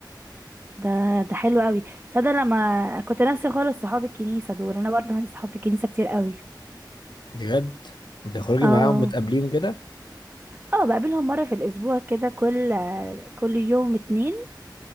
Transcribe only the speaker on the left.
بجد بتخرجي
معاهم وتقابليهم كده